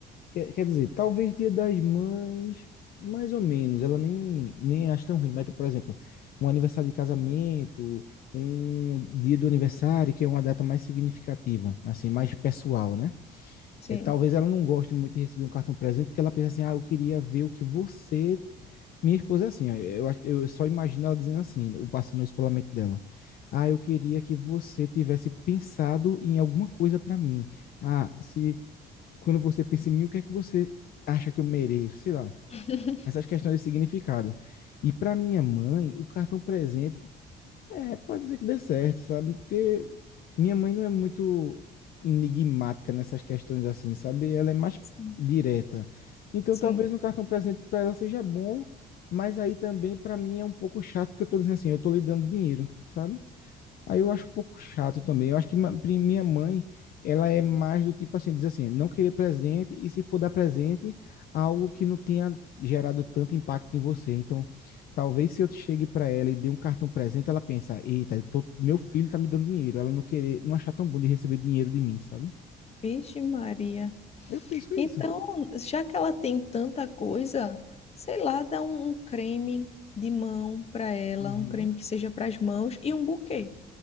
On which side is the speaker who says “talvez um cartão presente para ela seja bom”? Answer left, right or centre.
Left